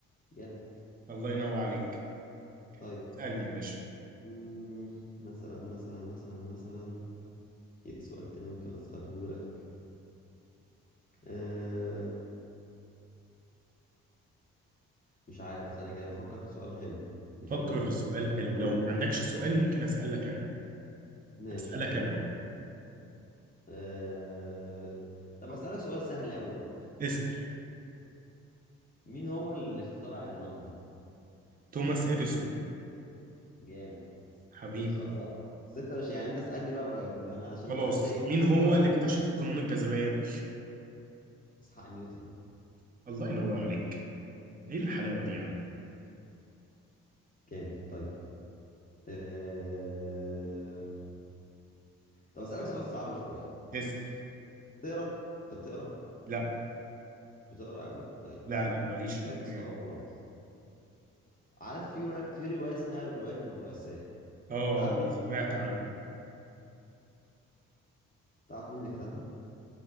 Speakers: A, on the left; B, on the right.
A: جامد
B: الله ينور عليك
A: طيب
B: اسألني يا باشا
A: مم، مثلا مثلا مثلا مثلا ايه سؤال تاني ممكن اساله لك أه... مش عارف استنى كده بفكر في سؤال حلو يكون
B: فكر
A: برضه
B: في
A: مش
B: سؤال
A: سهل
B: حلو
A: قوي
B: لو ما عندكش سؤال ممكن اسألك انا
A: ماشي
B: اسألك
A: طب
B: انا يعني
A: أه... طب اسالك سؤال سهل قوي برضه
B: اسأل
A: مين هو اللي اخترع اللمبة
B: توماس إديسون
A: جامد
B: حبيبي
A: شوف سؤال سهل أهو. بس انت مش يعني انت اسألني بقى, بقى بقى انا عشان
B: خلاص
A: الأسئلة ايه
B: مين هو
A: اضطريت
B: اللي اكتشف
A: منها
B: قانون الجاذبية؟
A: اسحاق نيوتن
B: الله ينور عليك ايه الحلاوة دي يا عم
A: جامد طيب أه... طب اسألك سؤال صعب شوية
B: اسأل
A: تقرا انت بتقرا
B: لا
A: بتقرا قوي طيب
B: لا لا ماليش في
A: اسألك
B: القراية
A: سؤال
B: أوي.
A: وخلاص عارف في ر- في رواية اسمها رواية البؤساء
B: اه
A: تعرف مين اللي
B: سمعت
A: كتبها
B: عنها
A: تعرف مين اللي كتبها